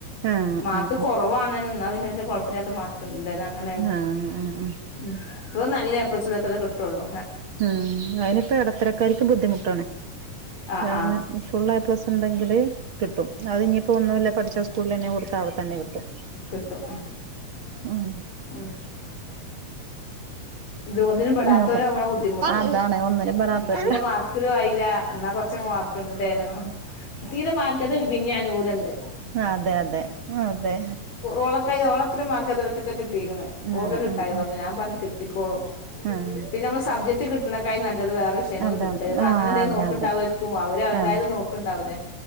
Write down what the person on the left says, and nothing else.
മാർക്ക്
കൊറ- റവാണേനും ഇന്നാ പിന്നെ വല്ല്യെ കൊയ പ്പല്ല്യാത്ത മാർക്ക് ഇണ്ട് ന്നഅങ്ങനെണ്.
ഉം ഇപ്പതൊന്നും അല്ല പ്ലസ്ടൂലെത്തീട്ടെ കിട്ടൊള്ളൂ.
ആഹ്
ആഹ്
കിട്ടും
ഉം ഇത് ഒന്നിനും പെടാത്തവര
ആവുമ്പഴ ബുദ്ധിമുട്ട്
നല്ല മാർക്ക് ഒലുംയില്ല എന്നാ കുറച്ചങ്ങ് ർക്കണ്ടേനു തീരെ മാർക്കത പിന്നെ അനുകൂലംണ്ട്
ഓള്ക്ക ഓളത്ര മാർക്ക് അതെക്കെ കിട്ടീക്കണ്
ഓക്കെ കിട്ടായിള്ള
അപ്പ ഞാൻ പറഞ്ഞു കിട്ടിക്കോളും
പിന്നെ നമ്മൾ സബ്ജക്ട് കി കട്ടണക്കായി നല്ലത് വേറെ വിഷയങ്ങ
കട്ട നല്ലത് വേറെ വിഷയങ്ങൾ അപ്പ
അങ്ങനെന്തങ്കും നോക്കണ്ടാവുംർരിക്കും
അവരുതായത്
നോക്കുണ്ടാവില്ലേ